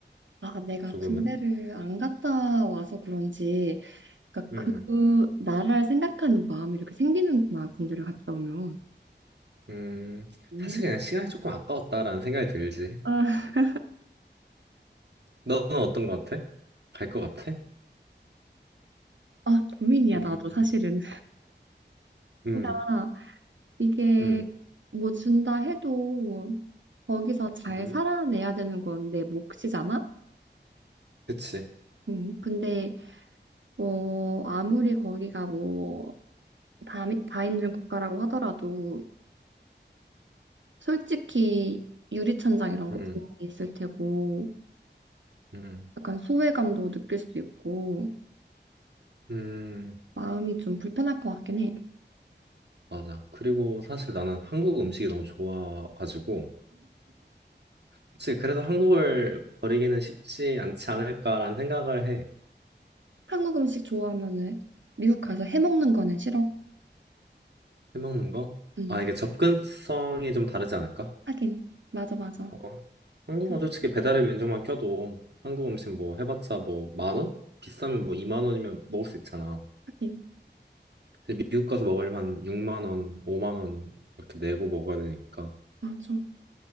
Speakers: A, on the right; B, on the right.
A: 아, 내가
B: 조금은.
A: 군대를 안 갔다 와서 그런지, 그러니까
B: 음.
A: 그 나라를 생각하는 마음이 이렇게 생기는구나, 군대를 갔다 오면.
B: 음.
A: 음.
B: 사실 그냥 시간이 조금 아까웠다라는 생각이 들지.
A: 아,
B: 너는 어떤 거 같아? 갈 거 같아?
A: 아, 고민이야,
B: 음,
A: 나도 사실은.
B: 음,
A: 그러니까 이게
B: 음,
A: 뭐 준다 해도 거기서 잘
B: 음,
A: 살아내야 되는 건 내 몫이잖아?
B: 그치.
A: 음, 근데 어, 아무리 거기가 뭐 다, 다인종 국가라고 하더라도 솔직히 유리천장 이런 거
B: 음,
A: 분명히 있을 테고
B: 음,
A: 약간 소외감도 느낄 수도 있고
B: 음,
A: 마음이 좀 불편할 것 같긴 해. <laughs>
B: 맞아. 그리고 사실 나는 한국 음식이 너무 좋아가지고, 그치. 그래서 한국을 버리기는 쉽지 않지 않을까라는 생각을 해.
A: 한국 음식 좋아하면은 미국 가서 해 먹는 거는 싫어.
B: 해먹는 거?
A: 음,
B: 아, 이게 접근성이 좀 다르지 않을까?
A: 하긴 맞아 맞아.
B: 어. 한국은
A: 그-
B: 솔직히 배달의 민족만 켜도 한국 음식 뭐 해봤자 뭐 만 원? 비싸면 뭐 2만 원이면 먹을 수 있잖아.
A: 하긴
B: 근데 미국 가서 먹으려면 한 6만 원, 5만 원 이렇게 내고 먹어야 되니까.
A: 맞아.